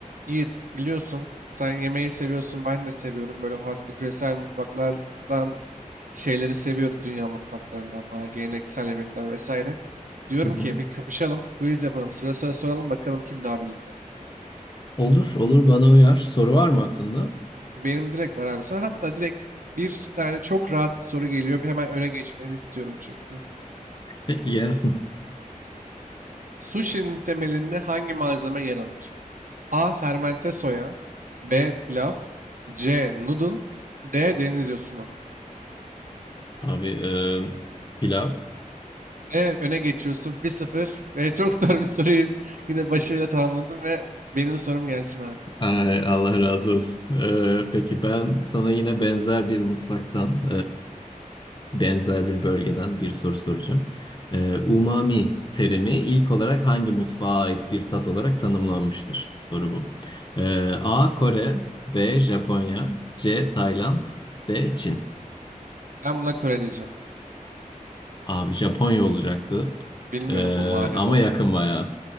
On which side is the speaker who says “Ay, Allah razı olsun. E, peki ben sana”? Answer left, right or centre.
Left